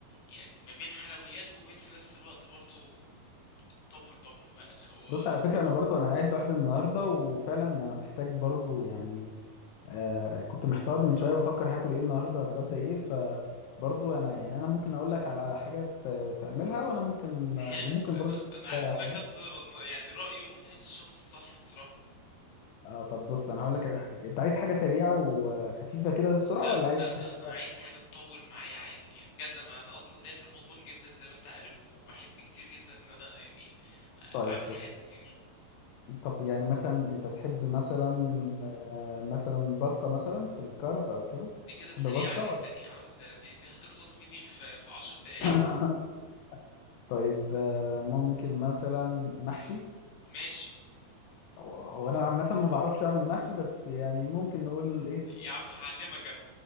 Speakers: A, on the left (about 75°); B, on the left (about 90°).
A: يعني ما بين حلويات وما بين في نفس الوقت برضو طبخ طبخ بقى اللي هو
B: بص على فكرة أنا برضو أنا قاعد لوحدي النهاردة وفعلا أنا محتاج برضو يعني آه كنت محتار من شوية بفكر هاكل إيه النهاردة هتغدى إيه فبرضو أنا يعني أنا ممكن أقول لك على حاجة ت- تعملها وأنا ممكن
A: حلو
B: آه، وممكن
A: انا
B: برضو
A: انا
B: تقول
A: عارف
B: لي على
A: ان
B: حاجة
A: انا خدت ر- يعني رايي ونصيحه الشخص الصح بصراحه
B: آه طب بص أنا هقول لك على حاجة أنت عايز حاجة سريعة وخفيفة كده بسرعة
A: لا
B: ولا عايز
A: لا
B: حاجة
A: لا انا
B: <laughs>
A: عايز حاجه تطول معايا عادي يعني بجد انا انا اصلا ليا في المطبخ جدا زي ما انت عارف وبحب كتير جدا ان انا يعني آه،
B: طيب
A: اعمل
B: بص
A: حاجات كتير
B: طب يعني مثلا أنت تحب مثلا آه مثلا باستا مثلا في الكارب أو كده
A: دي كده
B: تحب
A: سريعه
B: باستا
A: جدا يا عم ده دي دي هتخلص مني في في عشر دقايق
B: ولا <laughs> طيب آه، ممكن مثلا محشي
A: <laughs> ماشي
B: هو هو انا عامه ما بعرفش اعمل محشي بس يعني ممكن نقول ايه
A: يا عم هعلمك انا